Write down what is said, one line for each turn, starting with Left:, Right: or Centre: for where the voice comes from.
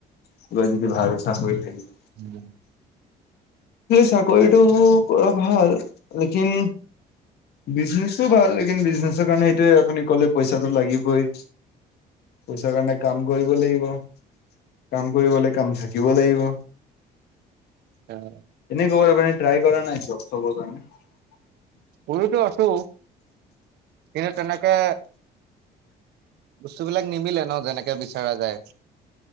Left: কিবা যদি ভাল চাকৰি থাকে।
Right: উম
Left: চাকৰিটো কৰা ভাল লকিন, বিজনেচো ভাল লেকিন বিজনেছৰ কাৰণে সেইটোৱে, আপুনি ক'লে পইচাটো লাগিবই। পইচাৰ কাৰণে কাম কৰিব লাগিব, কাম কৰিবলৈ কাম থাকিব লাগিব।
Right: আহ
Left: এনে খবৰ আ ্ৰাই কৰা নাই জব খবৰ কাৰ <unintelligible>
Right: কৰিটো আছো, কিন্তু তেনেকে বস্তু বিলাক নিমিলে ন, যেনেকে বিচৰা যায়।